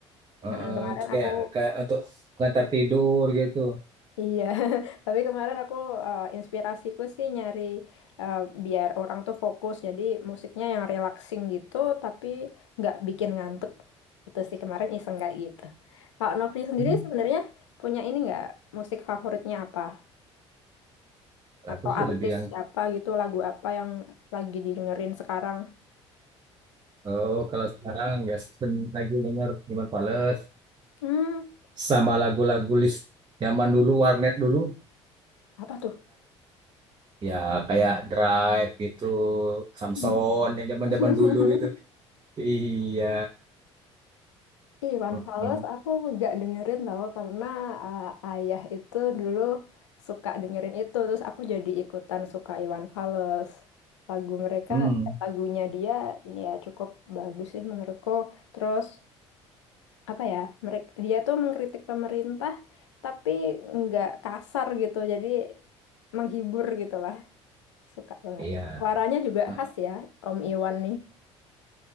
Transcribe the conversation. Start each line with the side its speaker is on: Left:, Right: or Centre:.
Right: eh,
Left: Nah,
Right: eh,
Left: kemarin
Right: itu kayak
Left: aku
Right: kayak untuk pengantar tidur gitu.
Left: Iya, <laughs> tapi kemarin aku eh, inspirasiku sih nyari eh, biar orang tuh fokus, jadi musiknya yang relaxing gitu, tapi nggak bikin ngantuk. Itu sih kemarin iseng kayak gitu. Kalau Novi sendiri
Right: Hmm,
Left: sebenarnya punya ini nggak musik favoritnya apa?
Right: aku
Left: Atau
Right: sih
Left: artis
Right: lebih yang
Left: siapa gitu, lagu apa yang lagi didengerin sekarang?
Right: oh kalau sekarang nggak sistem lagi denger Iwan Fals
Left: Hmm,
Right: sama lagu-lagu list zaman dulu warnet dulu
Left: apa tuh?
Right: Ya kayak Drive gitu, Samson
Left: Hmm.
Right: yang zaman-zaman
Left: <laughs>
Right: dulu itu Iya.
Left: Ih, Iwan
Right: Mm-mm.
Left: Fals aku nggak dengerin tau karena uh, ayah itu dulu suka dengerin itu terus aku jadi ikutan suka Iwan Fals lagu mereka
Right: Hmm.
Left: lagunya dia ini ya cukup bagus sih menurutku terus apa ya mereka dia tuh mengkritik pemerintah tapi nggak kasar gitu jadi menghibur gitu lah suka banget
Right: Iya.
Left: suaranya juga
Right: Nah,
Left: khas ya Om Iwan nih